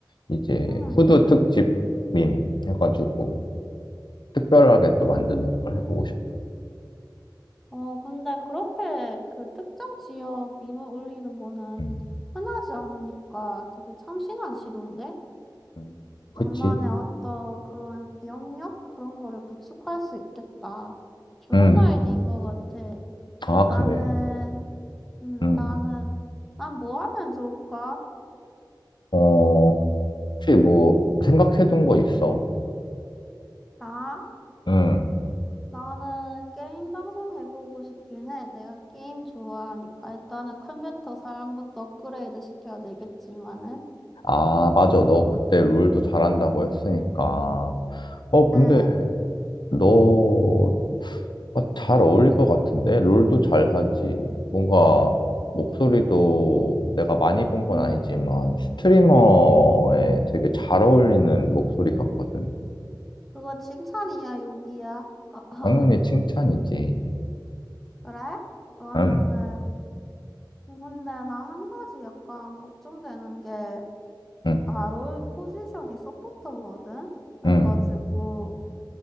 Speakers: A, on the left; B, in the centre.
A: 이제
B: 응,
A: 후드 특집 밈 해가지고 특별하게 또
B: 음.
A: 만드는 걸 해보고 싶어.
B: 어, 근데 그렇게 그 특정 지역 밈을 올리는 거는
A: 음.
B: 흔하지 않으니까 되게 참신한 시도인데?
A: 음, 그치?
B: 너만의 어떤 그런 영역? 그런 거를 구축할 수 있겠다. 좋은
A: 음.
B: 아이디어인 것 같아.
A: 아,
B: 나는
A: 그래?
B: 음,
A: 음.
B: 나는, 난 뭐 하면 좋을까?
A: 어, 혹시 뭐 생각해둔 거 있어?
B: 나?
A: 응,
B: 나는 게임 방송 해보고 싶긴 해. 내가 게임 좋아하니까. 일단은 컴퓨터 사양부터 업그레이드 시켜야 되겠지만은.
A: 아, 맞아. 너 그때 롤도 잘한다고 했으니까. 어, 근데
B: 응,
A: 너가 잘 어울릴 것 같은데? 롤도 잘하지. 뭔가 목소리도 내가 많이 본 건
B: 음,
A: 아니지만 스트리머에 되게 잘 어울리는 목소리 같거든.
B: 그거 칭찬이야, 욕이야. <laughs> 어흠.
A: 당연히 칭찬이지.
B: 그래? 그러면은,
A: 응,
B: 근데 나 한 가지 약간 걱정되는 게,
A: 응,
B: 아, 롤 포지션이 서포터거든? 그래가지고,
A: 응.